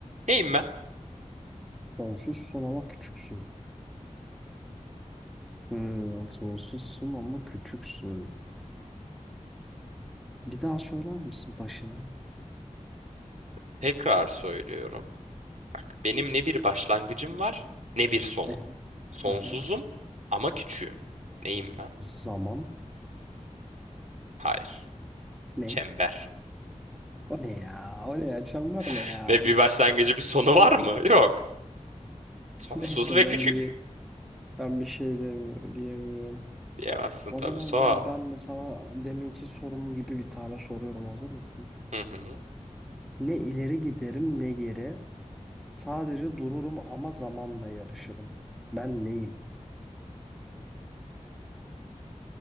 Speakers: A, on the right (about 65°); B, in the centre.
A: Neyim ben?
B: Sonsuzsun ama küçüksün. Hmm, sonsuzsun ama küçüksün. Bir daha söyler misin başına?
A: Tekrar söylüyorum. Bak benim ne bir başlangıcım var ne bir sonum.
B: Ee,
A: Sonsuzum
B: Aha.
A: ama küçüğüm. Neyim ben?
B: Zaman
A: Hayır.
B: ne?
A: Çember.
B: O ne ya? O ne ya? Çember
A: <laughs>
B: ne ya?
A: Ne bir
B: Üf.
A: başlangıcı bir sonu var mı? Yok. Sonsuz
B: Neyse
A: ve küçük.
B: ben bir ben bir şey demiyorum, diyemiyorum.
A: Diyemezsin
B: O
A: tabii
B: zaman
A: sor.
B: gel ben de sana deminki sorunum gibi bir tane soruyorum. Hazır mısın?
A: Hı hı.
B: Ne ileri giderim ne geri. Sadece dururum ama zamanla yarışırım. Ben neyim?